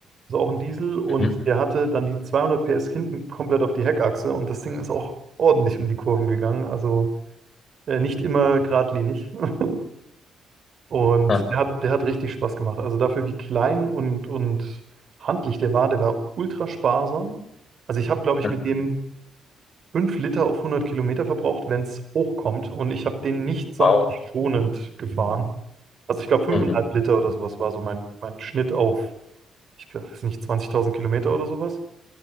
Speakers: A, on the right; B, on the left.
A: also auch ein Diesel, und
B: Mhm.
A: der hatte dann die 200 PS hinten komplett auf die Heckachse und das Ding ist auch ordentlich um die Kurven gegangen. Also äh, nicht immer geradlinig. <laughs> Und
B: Ah,
A: der hat, der hat richtig Spaß gemacht. Also dafür, wie klein und, und handlich der war, der war ultra sparsam. Also ich habe, glaube ich,
B: ja.
A: mit dem 5 Liter auf 100 Kilometer verbraucht, wenn es hochkommt. Und ich habe den nicht sonderlich
B: Wow.
A: schonend gefahren. Also ich glaube, 5,5
B: Mhm.
A: Liter oder sowas war so mein, mein Schnitt auf, ich glaub, weiß nicht, 20.000 Kilometer oder sowas.